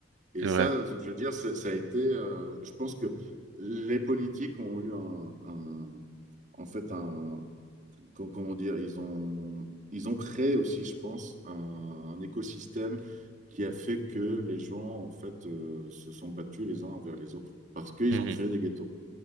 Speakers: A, on the right; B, on the right.
A: Et
B: c'est vrai
A: ça, je veux dire, ça, ça a été, euh, je pense que les politiques ont eu un, un- en fait, un, co- comment dire, ils ont, ils ont créé aussi, je pense, un, un écosystème qui a fait que les gens, en fait, euh, se sont battus les uns envers les autres parce qu'ils
B: Hmm,
A: ont créé des ghettos.